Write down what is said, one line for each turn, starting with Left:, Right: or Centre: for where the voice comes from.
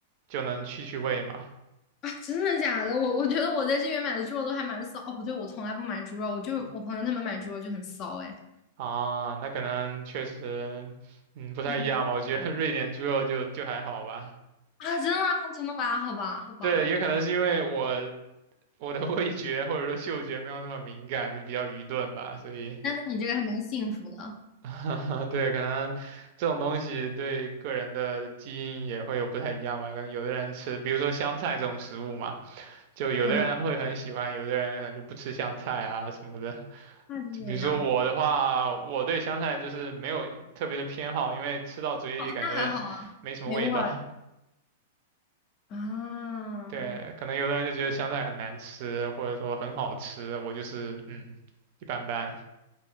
Right: 就能去去味嘛。
Left: 啊，真的假的？我我觉得我在这边买的猪肉都还蛮骚。哦，不对，我从来不买猪肉，我就是我朋友他们买猪肉就很骚哎。
Right: 啊，那可能确实，嗯，不太一样吧。
Left: 对
Right: 我觉得瑞典猪肉就就还好吧。
Left: 啊，真的吗？真的吧？好吧，好吧，
Right: 对，也可能是因为我我的味觉或者说嗅觉没有那么敏感，就比较愚钝吧，所以，
Left: 那那你这个还蛮幸福的，
Right: <laughs> 对，可能这种东西对个人的基因也会有不太一样吧。可能有的人吃，比如说香菜这种食物嘛，就有的人会很喜欢，
Left: 嗯，
Right: 有的人可能就不吃香菜啊什么的。
Left: 那这个样子，
Right: 就比如说我的话，我对香菜就是没有特别的偏好，因为吃到嘴里感觉
Left: 那还好啊，
Right: <laughs> 没什么味道。
Left: 没味儿。啊，
Right: 对，可能有的人就觉得香菜很难吃，或者说很好吃，我就是嗯，一般般。